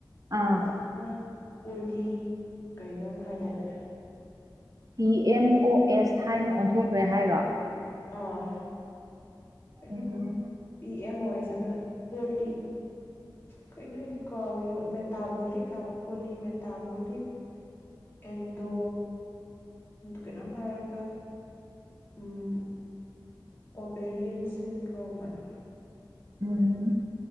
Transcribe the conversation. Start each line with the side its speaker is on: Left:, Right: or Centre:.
Right: ꯑꯥ
Left: ꯍꯧꯖꯤꯛꯅ ꯄꯣꯂꯤ ꯀꯩꯅꯣꯝ ꯍꯥꯏꯇꯗꯥꯏꯅꯦ
Right: ꯄꯤ ꯑꯦꯝ ꯑꯣ ꯑꯦꯁ ꯍꯥꯏꯅ ꯑꯣꯟꯊꯣꯛꯈ꯭ꯔꯦ ꯍꯥꯏꯔꯣ
Left: ꯑꯥ ꯀꯩꯅꯣꯝ
Right: ꯎꯝ
Left: ꯄꯤ ꯑꯦꯝ ꯑꯣ ꯑꯦꯁ ꯑꯅ ꯄꯣꯂꯤ ꯀꯩꯅꯣꯅ ꯀꯥꯎꯔꯤꯕ ꯃꯦꯇꯥꯕꯣꯂꯤꯛ ꯍꯥꯏꯕ ꯄꯣꯂꯤ ꯃꯦꯇꯥꯕꯣꯂꯤꯛ ꯑꯦꯟꯗꯣ ꯀꯩꯅꯣꯝ ꯍꯥꯏꯔꯒ ꯎꯝ ꯑꯣꯕꯦꯔꯤꯌꯦꯟ ꯁꯤꯟꯗ꯭ꯔꯣꯝ ꯑꯅ
Right: ꯎꯝ